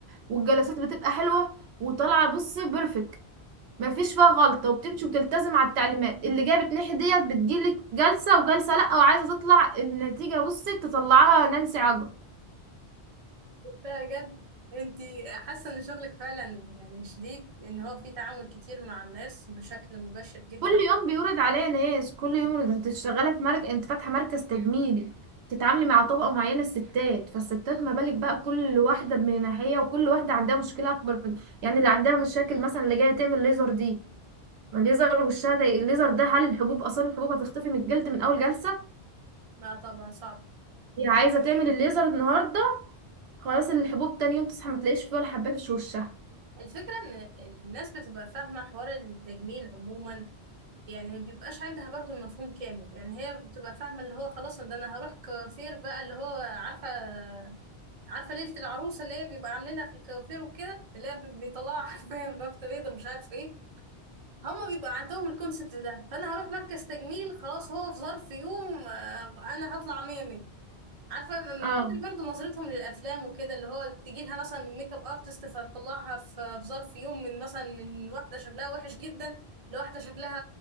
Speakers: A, on the right; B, on the right.
A: والجلسات بتبقى حلوة وطالعة بص بيرفكت مفيش فيها غلطة وبتمشي وبتلتزم على التعليمات اللي جابت ناحية ديت بتجيلك جلسة وجلسة لأ وعايزة تطلع النتيجة بصي تطلعها نانسي عجرم
B: لا بجد انت حاسه ان شغلك فعلا يعني شديد ان هو في تعامل كتير مع الناس بشكل مباشر جدا
A: كل يوم بيورد عليا ناس كل يوم
B: بالظبط
A: انت شغالة في مركز انت فاتحة مركز تجميلي تتعاملي مع طبقة معينة الستات فالستات ما بالك بقى كل واحدة من ناحية وكل واحدة عندها مشكلة أكبر من يعني اللي عندها مشاكل مثلا اللي جاية تعمل ليزر دي ما الليزر وشها ده الليزر ده هل الحبوب آثار الحبوب هتختفي من الجلد من أول جلسة
B: لا طبعا صعب
A: هي عايزة تعمل الليزر النهاردة خلاص الحبوب تاني يوم تصحى ما تلاقيش فيه ولا حبات في وشها
B: الفكره ان الناس بتبقى فاهمه حوار التجميل عموما يعني ما بيبقاش عندها برضو المفهوم كامل يعني هي بتبقى فاهمه اللي هو خلاص ده انا هروح كوافير بقى اللي هو عارفه عارفه ليله العروسه اللي هي بيبقى عاملينها في الكوافير وكده اللي هي بيطلعوا حرفيا بفته بيضه مش عارف ايه. هما بيبقى عندهم الكونسبت ده فانا هروح مركز تجميل خلاص هو في ظرف يوم آه، انا هطلع ميمي عارفه من
A: اه
B: كتر برضه نظرتهم للافلام وكده اللي هو تجي لها مثلا ميك اب ارتست فتطلعها في في ظرف يوم من مثلا من واحده شكلها وحش جدا لواحده شكلها